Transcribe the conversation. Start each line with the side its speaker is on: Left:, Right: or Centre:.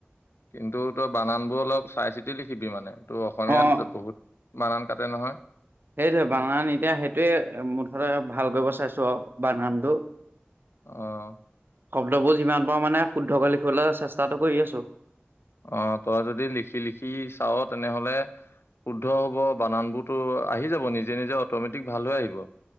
Left: কিন্তু তই বানান বোৰ অলপ চাই চিতি লিখিবি মানে। তোৰ অসমীয়াত
Right: অ',
Left: বহুত বানান কাটে নহয়।
Right: সেইটোৱে, বানান এতিয়া সেইটোয়ে মুঠতে ভাল কৰিব চাইছো আৰু বানানটো।
Left: অঁ।
Right: শব্দবোৰ যিমান পাৰো মানে শুদ্ধকৈ লিখিবলৈ চেষ্টাটো কৰি আছোঁ।
Left: অঁ, তই যদি লিখি লিখি চাৱ তেনেহলে- শুদ্ধ হব, বানানবোৰতো আহি যাব নিজে নিজে অট'মেটিক ভাল হৈ আহিব।